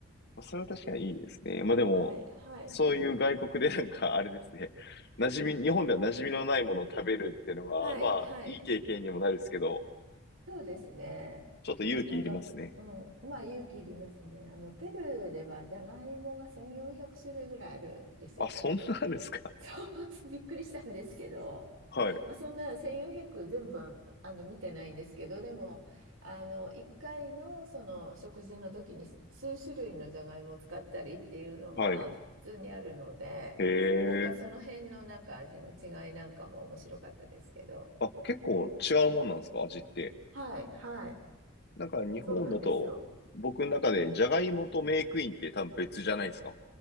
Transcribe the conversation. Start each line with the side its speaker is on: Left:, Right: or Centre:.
Left: それは確かにいいですね。まあでも、
Right: はい、はい、
Left: そういう外国で <laughs> なんか、あれですね。馴染み、日本では馴染みのないものを食べるっていうのは、
Right: はい、
Left: まあ、
Right: はい、
Left: いい経験にもなるんですけど、
Right: そうですね。
Left: ちょっと勇気いりますね。
Right: なんか、うん、まあ勇気いりますね。あの、ペルーではじゃがいもが1400種類ぐらいあるんですよ。
Left: あ、そんなんですか
Right: そう、<laughs> びっくりしたんですけど、
Left: <laughs> はい。
Right: まあ、そんな1400全部はあの見てないんですけど、でも、あの1回のその食事の時に数種類のじゃがいもを使ったりっていうのは普通にあるので、
Left: はい。へ
Right: なんかその辺のなんか味の違いなんかも面白かったですけど。
Left: え。あ、結構違うもんなんですか味って。
Right: はい、はい、
Left: なんか日本だと、
Right: そうなんですよ。
Left: 僕の中でジャガイモとメークインって多分別じゃないですか。